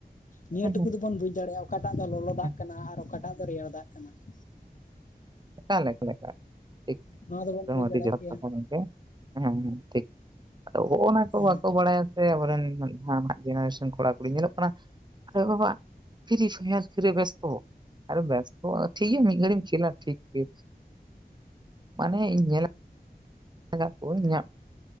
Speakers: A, on the left; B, on the right.
A: ᱱᱤᱭᱟᱹ
B: ᱦᱮᱸ
A: ᱴᱩᱠᱩ
B: ᱦᱮᱸ
A: ᱫᱚᱵᱚᱱ ᱵᱩᱡᱽ ᱫᱟᱲᱮᱭᱟᱜ-ᱟ ᱚᱠᱟᱴᱟᱜ ᱫᱚ ᱞᱚᱞᱚ ᱫᱟᱜᱽ
B: ᱦᱮᱸ
A: ᱠᱟᱱᱟ ᱟᱨ ᱚᱠᱟᱴᱟᱜ ᱫᱚ ᱨᱮᱭᱟᱲ ᱫᱟᱜᱽ ᱠᱟᱱᱟ ᱾
B: ᱚᱠᱟ ᱞᱮᱠᱷ ᱞᱮᱠᱟ ᱴᱷᱤᱠ
A: ᱱᱚᱣᱟ ᱫᱚᱵᱚᱱ ᱵᱩᱡᱽ
B: ᱟᱹᱰᱤ
A: ᱫᱟᱲᱮᱭᱟᱜ
B: ᱡᱚᱛᱷᱟᱛ
A: ᱜᱮᱭᱟ
B: ᱠᱟᱛᱷᱟ ᱢᱮᱱᱛᱮ ᱦᱮᱸ ᱦᱮᱸ ᱴᱷᱤᱠ ᱟᱫᱚ ᱚᱚᱱᱟ ᱠᱚ
A: ᱦᱮᱸ
B: ᱵᱟᱠᱚ ᱵᱟᱰᱟᱭᱟ ᱥᱮ ᱟᱵᱚᱨᱮᱱ ᱡᱟᱦᱟᱱᱟᱜ ᱡᱤᱱᱤᱥ ᱠᱚᱲᱟ ᱠᱩᱲᱤ ᱧᱮᱞᱚᱜ ᱠᱟᱱᱟ ᱟᱨᱮ ᱵᱟᱵᱟ ᱯᱷᱤᱨᱤ ᱯᱷᱟᱭᱟᱨ ᱠᱤᱨᱮ ᱵᱮᱥ ᱚ ᱦᱚ ᱟᱨᱮ ᱵᱮᱥᱛᱚ ᱴᱷᱤᱠᱜᱮᱭᱟ ᱢᱤᱫ ᱜᱷᱟᱹᱲᱤᱢ ᱠᱷᱮᱞᱟ ᱴᱷᱤᱠ ᱜᱮ ᱢᱟᱱᱮ ᱤᱧ ᱧᱮᱞ <inaudible> ᱟᱠᱟᱫ ᱠᱚᱣᱟᱧ ᱤᱧᱟᱹᱜ